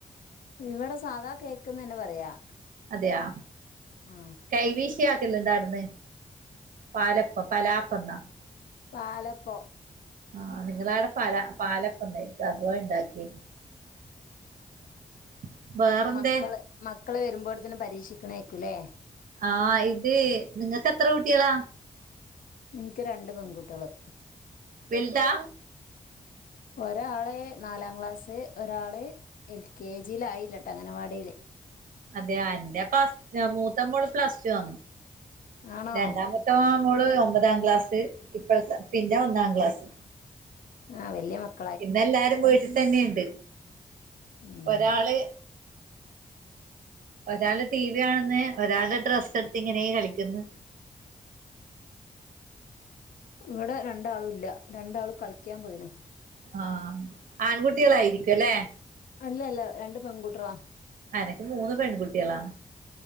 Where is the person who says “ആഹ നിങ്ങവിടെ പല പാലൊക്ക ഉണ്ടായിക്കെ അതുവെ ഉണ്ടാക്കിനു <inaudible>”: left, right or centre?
Right